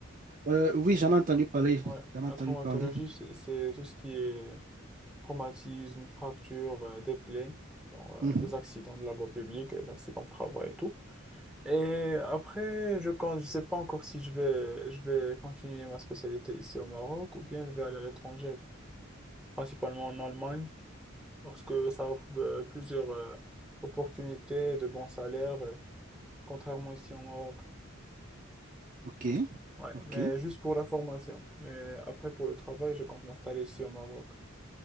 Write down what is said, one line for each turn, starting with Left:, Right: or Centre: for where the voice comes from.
Right: Euh, oui, j'en ai entendu parler.
Centre: Ouais,
Right: J'en ai
Centre: la
Right: entendu
Centre: traumatologie,
Right: parler.
Centre: c'est c'est tout ce qui est traumatismes, fractures, euh, des plaies, genre, euh,
Right: Mhm.
Centre: les accidents de la voie publique, les accidents de travail et tout. Et après, je ne je sais pas encore si je vais, je vais continuer ma spécialité ici au Maroc ou bien je vais aller à l'étranger, principalement en Allemagne, parce que ça offre euh, plusieurs euh, opportunités de bons salaires, euh, contrairement ici au Maroc.
Right: Ok,
Centre: Ouais,
Right: ok,
Centre: mais juste pour la formation. Mais après, pour le travail, je compte m'installer ici au Maroc.